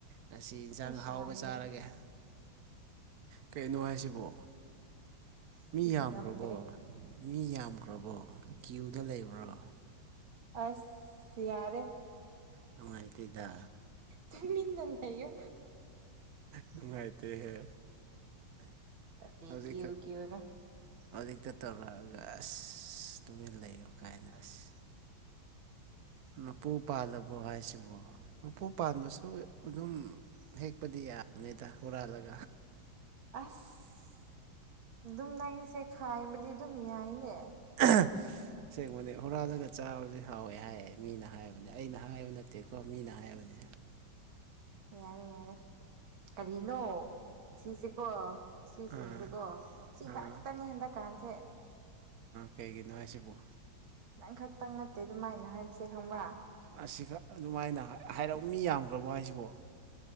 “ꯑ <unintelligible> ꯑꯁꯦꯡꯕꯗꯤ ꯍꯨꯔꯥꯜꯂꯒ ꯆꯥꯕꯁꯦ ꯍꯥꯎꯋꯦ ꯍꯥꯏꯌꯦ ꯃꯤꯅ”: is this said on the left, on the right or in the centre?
Right